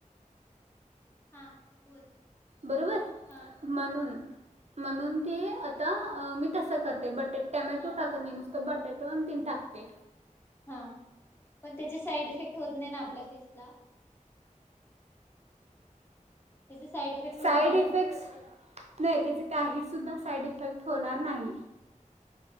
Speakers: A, on the left; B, on the right.
A: हा बोल.
B: बरोबर
A: हां
B: म्हणून म्हणून ते आता मी तसं करते बटे टमॅटो
A: हां
B: टाकत नाय नुसतं बटाटो तीन टाकते.
A: हां पण त्याचे साईड इफेक्ट होत नाय ना आपल्या फेसला? त्याचे साईड इफेक्ट होत
B: साईड
A: नाही ना?
B: इफेक्ट्स नाय त्याच काही सुुद्धा साईड इफेक्ट होणार नाही.